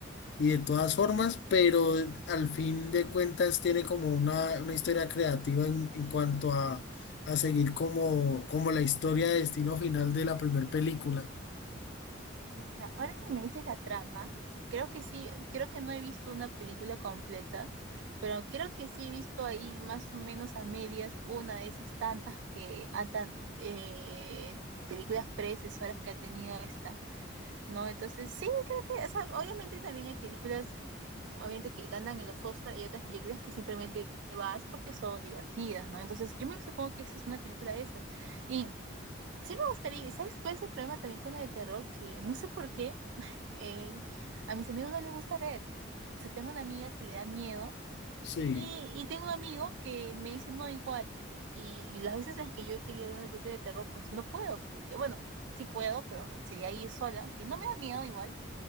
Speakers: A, on the left (about 60°); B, on the right (about 65°).
A: y de todas formas, pero al fin de cuentas tiene como una, una historia creativa en, en cuanto a, a seguir como, como la historia de destino final de la primera película.
B: Ya, ahora que me dices la trama, eh, creo que sí, creo que no he visto una película completa, pero creo que sí he visto ahí más o menos a medias una de esas tantas que, ah, tan- eh, películas predecesoras que ha tenido esta. ¿no? Entonces, sí, creo que, o sea, obviamente también hay películas, obviamente que ganan en los Oscars y otras películas que simplemente vas porque son divertidas, ¿no? Entonces, yo me supongo que esta es una película de esas. Y sí me gustaría, y ¿sabes cuál es el problema también con la de terror? Que no sé por qué eh, a mis amigos no les gusta ver. O sea, tengo una amiga que le da miedo
A: Sí.
B: y, y tengo un amigo que me dice no igual. Y las veces en las que yo he querido ver una película de terror, pues no puedo, porque, bueno, sí puedo, pero sería ir sola, que no me da miedo igual